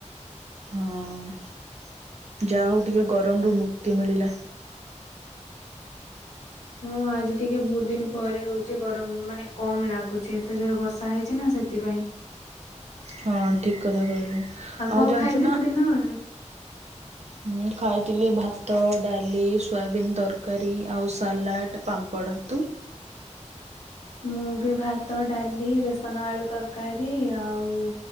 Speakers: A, on the right; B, on the left.
A: ହଁ ଯାହା ହଉ ଟିକେ ଗରମରୁ ମୁକ୍ତି ମିଳିଲା
B: ହଁ ଆଜି ଟିକେ ବହୁତ ଦିନ ପରେ ହଉଛି ଗରମ ମାନେ କମ ଲାଗୁଛି ଏତେ ଜୋର ବର୍ଷା ହେଇଛି ନା ସେଥିପାଇଁ <inaudible>
A: ହଁ ଠିକ କଥା କହିଲୁ
B: କଣ
A: ଆଉ ଜାଞ୍ଚୁନା
B: ଖାଇଥିଲୁ ଦିନ ବେଳେ?
A: ମୁଁ ଖାଇଥିଲି ଭାତ ଡାଲି ସୋୟାବିନ୍ ତରକାରୀ ଆଉ ସାଲାଡ ପାମ୍ପ ପଡ଼ନ୍ତୁ
B: <inaudible> ମୁଁ ବି ଭାତ ଡାଲି ବେସନ ଆଳୁ ତରକାରୀ ଆଉ